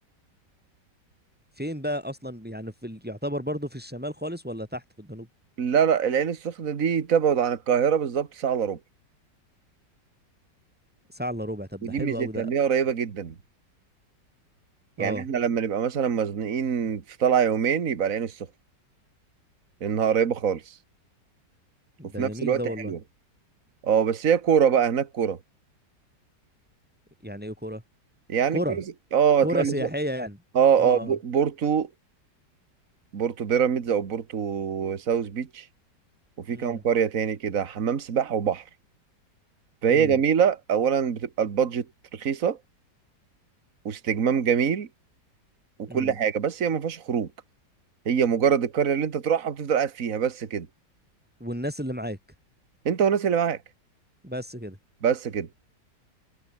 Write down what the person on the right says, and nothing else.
لا لا العين السخنه دي تبعد عن القاهره بالظبط ساعه الا ربع
ودي
ميزتها
ان هي قريبه جدا
يعني احنا لما نبقى مثلا مزنوقين في طلعه يومين يبقى العين السخنه لانها قريبه خالص وفي
نفس
الوقت
حلوه اه بس هي كوره بقى هناك كوره
يعني
كويس اه
تلاقي
مثلا
اه
اه ب-
بورتو بورتو بيراميدز او بورتو ساوث بيتش وفي
كام قرية تاني كده حمام سباحة وبحر فهي
جميلة اولا بتبقى البادجت رخيصة واستجمام جميل وكل
حاجة بس هي ما فيهاش خروج هي مجرد القرية اللي انت تروحها بتفضل قاعد فيها بس كده
انت والناس اللي معاك
بس كده